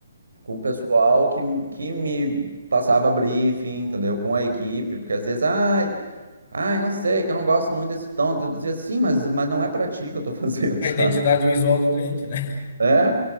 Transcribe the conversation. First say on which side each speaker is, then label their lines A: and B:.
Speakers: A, on the right (about 70°); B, on the left (about 45°).
A: com o pessoal que, que me passava briefing, entendeu? Com a equipe, porque às vezes, ai, ai, não sei, que eu não gosto muito desse tom. Eu dizia, sim, mas, mas não é para ti que eu tô fazendo,
B: É
A: <laughs> sabe?
B: a identidade visual do cliente, né?
A: É,